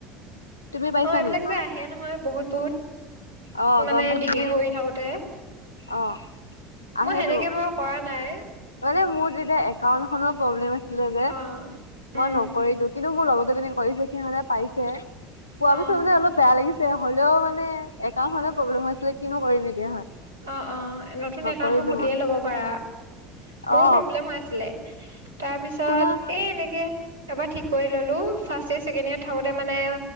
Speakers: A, on the left; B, on the right.
A: তুমি পাইছা
B: অ এইবিলাক
A: নেকি?
B: যে আহে নহয় বহুত বহুত
A: আহ
B: মানে
A: গম পাইছো
B: ডিগ্ৰী কৰি থাকোতে
A: আহ।
B: মই
A: আহে
B: সেনেকে
A: টো
B: বাৰু কৰা নাই
A: মানে মোৰ। যেতিয়া একাউণ্ট খন পব্লেম আছিলৈ যে
B: অ
A: কিন্তু মই
B: উম
A: নকৰিলো। <unintelligible> কৰিছে সিহে পাইছে পোৱা
B: অ
A: পিছত মানে অলপ বেয়া লাগিছে হলেও মানে একাউণ্ট খনেত প্ৰব্লেম হৈ আছিলে। কিনো কৰিম এতিয়া হয়।
B: অ, অ, নতুন
A: নকৰিলো
B: একাওণ্ট এখন খুলিয়ে
A: মই
B: ল'ব পাৰা মোৰ
A: অ
B: প্ৰব্লেম হৈ আছিলে। তাৰ পিছত
A: খোলা
B: এ এনেকে এবাৰ ঠিক কৰি ললো ফাৰ্ষ্ট। ফাৰ্ষ্ট ইয়েৰৰ ছেকেণ্ড ইয়েৰৰ থাকোতে মানে